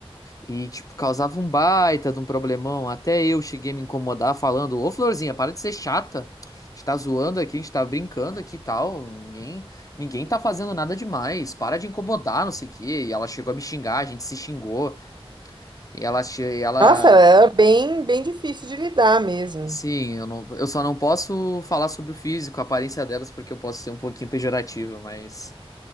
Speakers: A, on the left; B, on the right.
A: e, tipo, causava um baita de um problemão, até eu cheguei a me incomodar falando, ô florzinha, para de ser chata, a gente tá zoando aqui, a gente tá brincando aqui e tal, ninguém, ninguém tá fazendo nada demais, para de incomodar, não sei o quê, e ela chegou a me xingar, a gente se xingou, e ela, che- e ela,
B: Nossa, era bem, bem difícil de lidar mesmo.
A: sim, eu não, eu só não posso falar sobre o físico, a aparência delas, porque eu posso ser um pouquinho pejorativo, mas